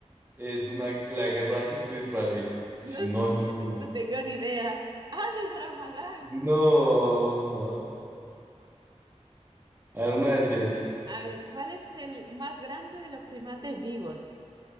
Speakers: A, on the right; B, on the right.
A: es una, la guerra egipto-israelí. Si
B: no
A: no
B: sé,
A: estoy
B: no,
A: mal.
B: no tengo ni idea. Ah, del Ramadán.
A: No, no. A ver, una de ciencia.
B: A ver, ¿cuál es el más grande de los primates vivos?